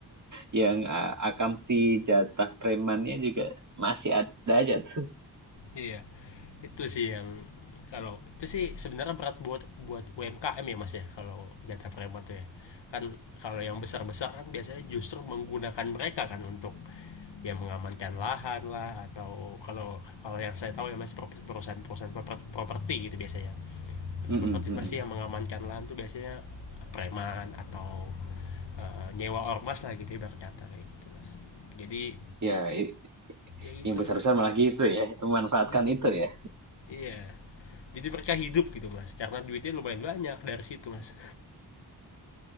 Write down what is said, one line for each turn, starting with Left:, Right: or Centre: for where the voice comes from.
Right: yang uh, akamsi jatah premannya juga masih ada aja tuh.
Left: Iya. Itu sih yang kalau itu sih sebenarnya berat buat buat UMKM ya Mas ya kalau jatah preman tuh ya. Kan kalau yang besar-besar kan biasanya justru menggunakan mereka kan untuk ya mengamankan lahan lah atau kalau kalau yang saya tahu ya Mas perusahaan-perusahaan properti gitu biasanya. Perusahaan
Right: <laughs> Mm-mm,
Left: properti
Right: mm-mm.
Left: pasti yang mengamankan lahan tuh biasanya preman atau eh, nyewa ormas lah gitu ibarat kata kayak gitu Mas. Jadi
Right: Ya, i-
Left: ya gitu.
Right: yang besar-besar malah gitu ya, itu memanfaatkan
Left: Mm-mm.
Right: itu ya.
Left: Iya, jadi mereka hidup gitu mas karena duitnya lumayan banyak dari situ mas